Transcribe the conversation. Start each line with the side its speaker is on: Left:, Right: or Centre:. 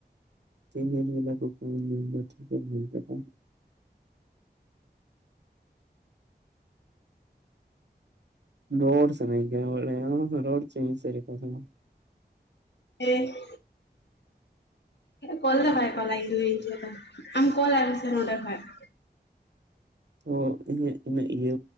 Right: ᱫᱤᱱᱮᱨ ᱵᱮᱞᱟ ᱠᱩᱠᱢᱩᱧ ᱧᱮᱞ ᱫᱟ ᱴᱷᱤᱠ ᱮᱢ ᱞᱟᱹᱭ ᱠᱟᱫᱟ ᱾ ᱨᱚᱨ ᱥᱟᱱᱟᱧ ᱠᱟᱱᱟ ᱵᱟᱲᱟᱭᱟᱢ ᱨᱚᱨ ᱦᱚᱪᱚᱧ ᱢᱮᱥᱮ ᱨᱮᱠᱷᱟ ᱥᱟᱞᱟᱜ ᱾
Left: ᱮᱸᱷ <inaudible> ᱠᱚᱞ ᱫᱚ ᱵᱟᱭ <inaudible> ᱟᱢ ᱠᱚᱞ ᱟᱭ ᱢᱮᱥᱮ ᱱᱚᱸᱰᱮ ᱠᱷᱚᱡ ᱾
Right: ᱚ ᱤᱧ ᱤᱧᱟᱹᱜ <inaudible> ᱤᱭᱟᱹ